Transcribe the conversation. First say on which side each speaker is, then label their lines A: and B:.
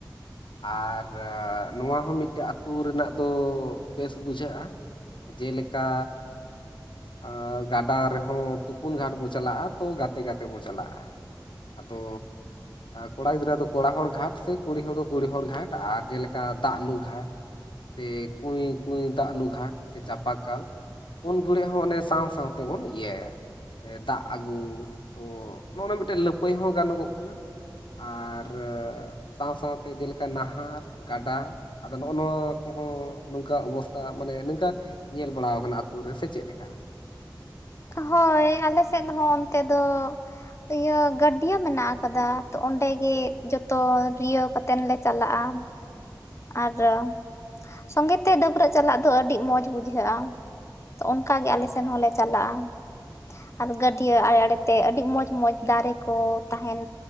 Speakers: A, on the left (about 80°); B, on the left (about 35°).
A: ᱟᱨ ᱱᱚᱣᱟ ᱦᱚᱸ ᱢᱤᱫᱴᱮᱡ ᱟᱛᱩ ᱨᱮᱱᱟᱜ ᱫᱚ ᱵᱮᱥ ᱵᱩᱡᱷᱟᱹᱜ-ᱟ, ᱡᱮᱞᱮᱠᱟ ᱟᱹ ᱜᱟᱰᱟ ᱨᱮᱦᱚᱸ ᱛᱩᱯᱩᱱ ᱜᱷᱟᱴ ᱵᱚ ᱪᱟᱞᱟᱜ-ᱟ ᱛᱚ ᱜᱟᱛᱮ ᱜᱟᱛᱮ ᱵᱚ ᱪᱟᱞᱟᱜ-ᱟ᱾ ᱟᱫᱚ ᱠᱚᱲᱟ ᱜᱤᱫᱽᱨᱟᱹ ᱫᱚ ᱠᱚᱲᱟ ᱦᱚᱲ ᱜᱷᱟᱴ ᱥᱮ ᱠᱩᱲᱤ ᱦᱚᱲ ᱫᱚ ᱠᱩᱲᱤ ᱦᱚᱲ ᱜᱷᱟᱴ ᱟᱨ ᱡᱮᱞᱮᱠᱟ ᱫᱟᱜ ᱞᱩ ᱜᱷᱟᱴ᱾ ᱥᱮ ᱠᱩᱭ ᱠᱩᱭ ᱫᱟᱜ ᱞᱩ ᱜᱷᱟᱴ ᱥᱮ ᱪᱟᱯᱟ ᱠᱟᱞ᱾ ᱩᱱ ᱜᱷᱩᱲᱤᱜ ᱦᱚᱸ ᱚᱱᱮ ᱥᱟᱶ ᱥᱟᱶ ᱛᱮᱵᱚᱱ ᱤᱭᱟᱹᱭᱟ᱾ ᱫᱟᱜ ᱟᱜᱩ ᱛᱚ ᱱᱚᱜ-ᱚ ᱱᱚᱣᱟ ᱢᱤᱫᱴᱮᱱ ᱞᱟᱹᱯᱟᱹᱭ ᱦᱚᱸ ᱜᱟᱱᱚᱜᱚᱜ ᱠᱟᱱᱟ᱾ ᱟᱨ ᱨᱟᱹ ᱥᱟᱶ ᱥᱟᱶ ᱛᱮ ᱡᱮᱞᱮᱠᱟ ᱱᱟᱦᱟᱨ ᱜᱟᱰᱟ ᱟᱫᱚ ᱱᱚᱜ ᱱᱚᱣᱟ ᱠᱚᱦᱚᱸ ᱱᱚᱝᱠᱟ ᱚᱵᱚᱥᱛᱷᱟ ᱢᱟᱱᱮ ᱱᱤᱝᱠᱟ ᱧᱮᱞ ᱵᱟᱲᱟᱣ ᱠᱟᱱᱟ ᱟᱛᱩ ᱨᱮ ᱥᱮ ᱪᱮᱫ ᱞᱮᱠᱟ?
B: ᱦᱚᱭ ᱟᱞᱮ ᱥᱮᱫ ᱦᱚᱸ ᱚᱱᱛᱮ ᱫᱚ ᱤᱭᱟᱹ ᱜᱟᱹᱰᱭᱟᱹ ᱢᱮᱱᱟᱜ ᱟᱠᱟᱫᱟ ᱛᱚ ᱚᱸᱰᱮ ᱜᱮ ᱡᱚᱛᱚ ᱨᱤᱭᱟᱹᱣ ᱠᱟ ᱛᱮᱱ ᱞᱮ ᱪᱟᱞᱟᱜ-ᱟ, ᱟᱫᱚ ᱥᱚᱸᱜᱮ ᱛᱮ ᱰᱟᱹᱵᱽᱨᱟᱹᱜ ᱪᱟᱞᱟᱜ ᱫᱚ ᱟᱹᱰᱤ ᱢᱚᱡᱽ ᱵᱩᱡᱷᱟᱹᱜ-ᱟ᱾ ᱛᱚ ᱚᱱᱠᱟ ᱜᱮ ᱟᱞᱮ ᱥᱮᱱ ᱦᱚᱸ ᱞᱮ ᱪᱟᱞᱟᱜ-ᱟ᱾ ᱟᱨ ᱜᱟᱹᱰᱭᱟᱹ ᱟᱲᱮ ᱟᱲᱮ ᱛᱮ ᱟᱹᱰᱤ ᱢᱚᱡᱽ ᱢᱚᱸᱡᱽ ᱫᱟᱨᱮ ᱠᱚ ᱛᱟᱦᱮᱱ